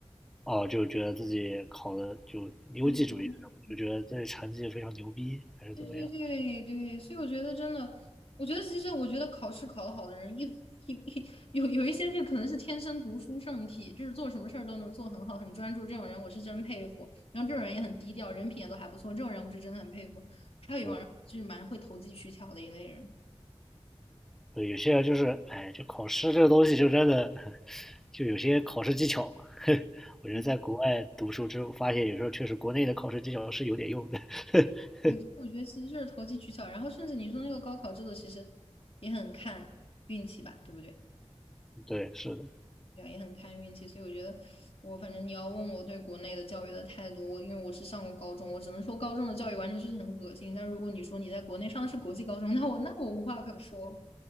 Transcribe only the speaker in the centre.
哦，就觉得自己考的就优绩主义就觉得自己成绩非常牛逼，
还是怎么样？
对，对，有些人就是，哎，就考试这个东西，就真的 <laughs>，就有些考试技巧嘛。<laughs> 我觉得在国外读书之后，
发现有时候确实国内的考试技巧是有点用的。<laughs>
对，是的，